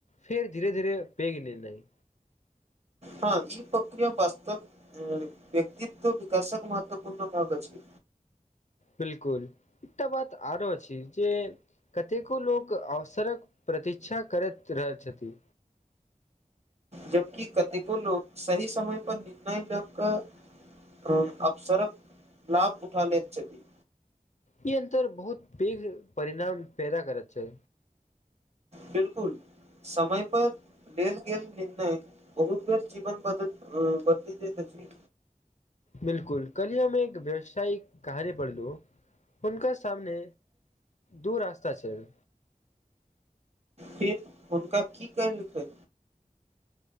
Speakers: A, on the left; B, on the right.
A: फेर धीरे धीरे पैघ निर्णय।
B: हँ ई प्रक्रिया वास्तव मे व्यक्तित्व विकासक महत्वपूर्ण भाग अछि।
A: बिलकुल एकटा बात आरो अछि जे कतेको लोक अवसरक प्रतीक्षा करैत रहैत छथि।
B: जबकि कतेको लोक सही समय पर निर्णय लए कऽ अ अवसरक लाभ उठा लैत छथि।
A: ई अंतर बहुत पैघ परिणाम पैदा करैत छै।
B: बिलकुल समय पर देलगेल निर्णय भविष्यक जीवन बदल बदली दैत अछि।
A: बिलकुल, काल्हि हम एक व्यावसायिक कहानी पढ़लहुं हुनका सामने दू रास्ता छलैन
B: फिर हुनका की केलकैन।